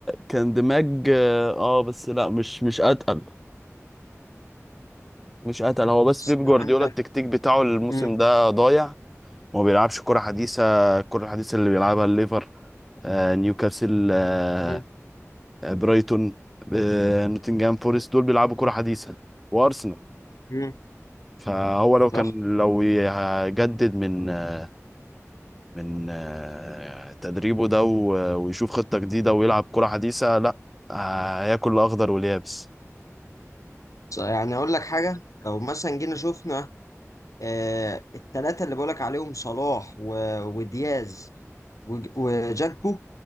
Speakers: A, in the centre; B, on the left.
A: كان دماج اه آه، بس لا مش مش اتقل مش اتقل هو بس
B: بس
A: بيب جوارديولا
B: عندك
A: التكتيك بتاعه الموسم
B: مم،
A: ده ضايع ما بيلعبش كرة حديثة الكرة الحديثة اللي بيلعبها الليفر آه نيوكاسل آه
B: مم،
A: آه، برايتون آه نوتنجهام فورست دول بيلعبوا كرة حديثة وارسنال
B: مم،
A: فهو لو
B: صح
A: كان لو يجدد من آه، من آه، تدريبه ده و- ويشوف خطة جديدة ويلعب كرة حديثة لا آه، هياكل الأخضر واليابس
B: صح، يعني أقول لك حاجة لو مثلا جينا شفنا آه الثلاثه اللي بقولك عليهم صلاح و... ودياز و... وجاكبو